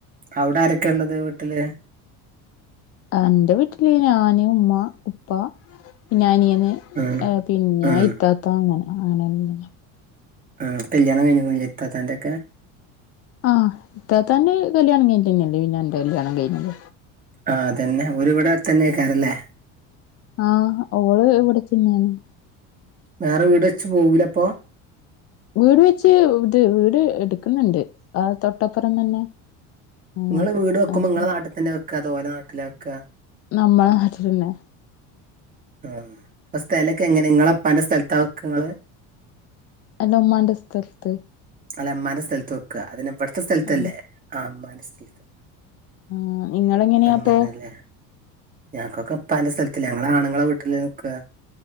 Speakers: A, on the right (about 25°); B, on the left (about 45°).
A: അവ്ടെ ആരെക്കെള്ളത് വീട്ട്ല്
B: അൻ്റെ വീട്ടില് ഞാന് ഉമ്മ ഉപ്പ പിന്നഅനിയന്
A: ഉം
B: ഏ് പിന്നെ
A: ഉം
B: ഇത്താത്ത അങ്ങനെ ആനന്നെ
A: ആഹ് കല്യാണം കഴിഞ്ഞിക്ണ് ല്ലേ ഇത്താത്തൻ്റെക്കെ
B: ആഹ് ഇത്താത്താൻ്റെ കല്യാണം കഴിഞ്ഞിട്ടെന്ന്യാ പിന്നെ എന്റെ കല്യാണം കഴിഞ്ഞത്
A: ആഹ് അതന്നെ ഓര് ഇവടെ അടുത്തന്യാക്കാരല്ലേ
B: ആഹ് ഓള് ഇവട്തന്നേണ്
A: വേറെ വീട് വെച്ച് പോവൂലപ്പോ
B: വീട് വെച്ച് ഇത് വീട് എട്ക്കുന്നുണ്ട് ആഹ് തൊട്ടപ്പറം തന്നെ അങ്ങനെ
A: ങ്ങള് വീട് വെക്കുമ്പോ
B: അങ്ങനെ
A: ങ്ങളെ നാട്ട് തന്നെ വെക്കാ അതോ ഓലെ നാട്ടിലാ വെക്കാ
B: നമ്മള നാട്ടിലന്നെ
A: ആഹ് അപ്പ സ്ഥലക്കെങ്ങനാ നിങ്ങളെപ്പാന്റെ സ്ഥൽത്താ വെക്കാ ഇങ്ങള്
B: അല്ല ഇമ്മാൻ്റെ സ്ഥൽത്ത്
A: ങ്ങളെ മ്മാന്റെ സ്ഥലത്ത് വെക്ക അതിന് വടത്തെ സ്ഥലത്തല്ലേ
B: ആ
A: ആഹ് മ്മാന്റെ സ്ഥലത്ത്
B: ആഹ് ഇങ്ങളെങ്ങനെയാപ്പൊ
A: അങ്ങനെല്ലേ ഞങ്ങക്കൊക്കെ ഉപ്പാൻ്റെ സ്ഥലത്ത് ഞങ്ങളെ ആണുങ്ങളെ വീട്ടില നിക്ക